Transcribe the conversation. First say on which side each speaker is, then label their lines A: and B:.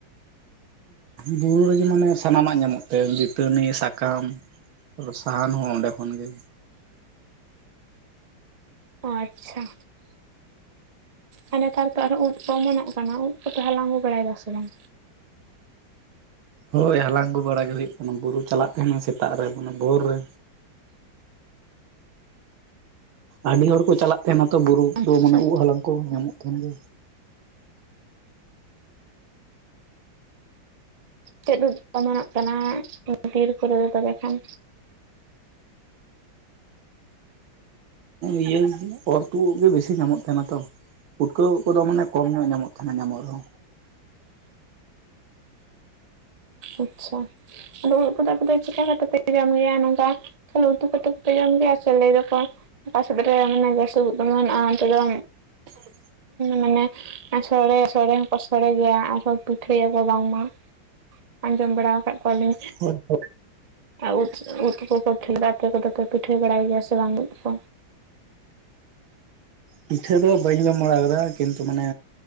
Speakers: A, on the right; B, on the right.
A: ᱵᱩᱨᱩ ᱨᱮᱜᱮ ᱢᱟᱱᱮ ᱥᱟᱱᱟᱢᱟᱜ ᱧᱟᱢᱚᱜ ᱛᱮ ᱫᱟᱹᱛᱟᱹᱱᱤ ᱥᱟᱠᱟᱢ ᱥᱟᱦᱟᱱ ᱦᱚᱸ ᱚᱸᱰᱮ ᱠᱷᱚᱱ ᱜᱮ᱾
B: ᱚ ᱟᱪᱪᱷᱟ ᱟᱨ ᱱᱮᱛᱟᱨ ᱛᱚ ᱟᱨᱦᱚᱸ ᱩᱫ ᱠᱩ ᱚᱢᱚᱱᱚᱜ ᱠᱟᱱᱟ ᱩᱫ ᱠᱚᱯᱮ ᱦᱟᱞᱟᱝ ᱟᱹᱜᱩ ᱵᱟᱲᱟᱭᱮᱫᱟ ᱥᱮ ᱵᱟᱝ᱾
A: ᱦᱳᱭ ᱦᱟᱞᱟᱝ ᱟᱹᱜᱩ ᱵᱟᱲᱟ ᱜᱮ ᱦᱩᱭᱩᱜ ᱠᱟᱱᱟ ᱵᱩᱨᱩ ᱪᱟᱞᱟᱜ ᱛᱟᱦᱮᱱᱟ ᱥᱮᱛᱟᱜ ᱨᱮ ᱵᱷᱳᱨ ᱨᱮ᱾ ᱟᱹᱰᱤ ᱦᱚᱲ ᱠᱚ ᱪᱟᱞᱟᱜ ᱛᱟᱦᱮᱱᱟ ᱛᱚ ᱵᱩᱨᱩ
B: ᱟᱪᱪᱷᱟ
A: ᱫᱚ ᱢᱟᱱᱮ ᱩᱵ ᱦᱟᱞᱟᱝ ᱠᱚ ᱧᱟᱢᱚᱜ ᱛᱟᱦᱮᱸᱱ ᱜᱮ᱾
B: ᱪᱮᱫ ᱩᱫ ᱚᱢᱚᱱᱚᱜ ᱠᱟᱱᱟ ᱵᱤᱨ ᱠᱚᱨᱮ ᱫᱚ ᱛᱚᱵᱮ ᱠᱷᱟᱱ?
A: ᱤᱭᱟᱹ ᱚᱨ ᱛᱩᱫ ᱩᱫ ᱜᱮ ᱵᱮᱥᱤ ᱧᱟᱢᱚᱜ ᱛᱟᱦᱮᱱᱟ ᱛᱚ᱾ ᱯᱩᱴᱠᱟᱹ ᱩᱫ ᱠᱚᱫᱚ ᱢᱟᱱᱮ ᱠᱚᱢ ᱧᱚᱜ ᱧᱟᱢᱚᱜ ᱛᱟᱦᱮᱱᱟ ᱧᱟᱢᱚᱜ ᱨᱮᱦᱚᱸ
B: ᱟᱪᱪᱷᱟ, ᱟᱫᱚ ᱩᱫ ᱠᱚᱫᱚ ᱪᱮᱠᱟ ᱠᱟᱛᱮ ᱡᱚᱢ ᱜᱮᱭᱟ ᱱᱚᱝᱠᱟ᱾ ᱛᱟᱦᱚᱞᱮ ᱩᱛᱩ ᱠᱟᱛᱮ ᱯᱮ ᱡᱚᱢ ᱜᱮᱭᱟ ᱥᱮ ᱞᱟᱹᱭ ᱫᱚᱠᱚ ᱚᱠᱟ ᱥᱮᱫ ᱨᱮ ᱢᱟᱱᱮ ᱡᱟᱹᱥᱛᱤ ᱩᱫ ᱚᱢᱚᱱᱚᱜ ᱟᱜ ᱚᱱᱛᱮ ᱫᱚ
A: <unintelligible>
B: ᱢᱟᱱᱮ ᱥᱚᱲᱮ ᱥᱚᱲᱮ ᱦᱚᱸᱠᱚ ᱥᱚᱲᱮᱜ ᱜᱮᱭᱟ ᱟᱨ ᱯᱤᱴᱷᱟᱹᱭᱟᱠᱚ ᱵᱟᱝᱢᱟ᱾ ᱟᱸᱡᱚᱢ ᱵᱟᱲᱟ ᱟᱠᱟᱜ ᱠᱚᱣᱟ ᱞᱤᱧ᱾
A: <unintelligible>
B: ᱩᱫ ᱩᱫ ᱠᱚ ᱴᱷᱮᱝᱨᱟ ᱟᱛᱮ ᱯᱤᱴᱷᱟᱹ ᱵᱟᱲᱟᱭ ᱜᱮᱭᱟ ᱥᱮ ᱵᱟᱝ ᱩᱫ ᱠᱚ?
A: ᱯᱤᱴᱷᱟᱹ ᱫᱚ ᱵᱟᱹᱧ ᱡᱚᱢ ᱵᱟᱲᱟ ᱟᱠᱟᱫᱟ ᱠᱤᱱᱛᱩ ᱢᱟᱱᱮ